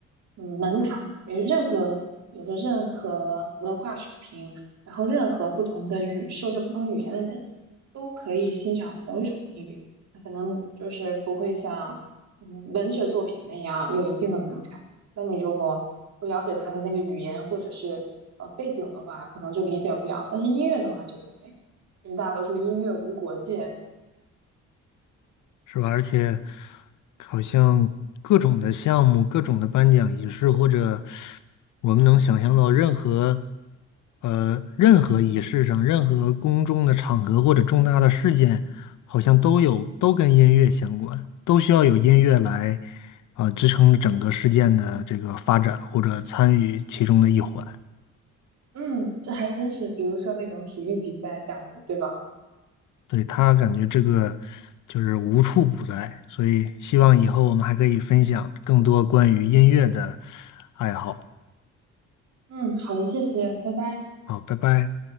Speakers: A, on the right; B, on the left.
A: 嗯门槛，因为任何比如说任何文化水平，然后任何不同的语说着不同语言的人都可以欣赏同一首音乐，那可能就是不会像嗯文学作品那样有一定的门槛。那你如果不了解它的那个语言或者是呃背景的话，可能就理解不了，但是音乐的话就不会。因为大家都说音乐无国界，
B: 是吧？而且好像各种的项目、各种的颁奖仪式，或者我们能想象到任何呃任何仪式上、任何公众的场合或者重大的事件，好像都有都跟音乐相关，都需要有音乐来啊、呃支撑整个事件的这个发展或者参与其中的一环。
A: 嗯，这还真是，比如说那种体育比赛项目，对吧？
B: 对，他感觉这个就是无处不在，所以希望以后我们还可以分享更多关于音乐的爱好。
A: 嗯，好的，谢谢，拜拜。
B: 好，拜拜。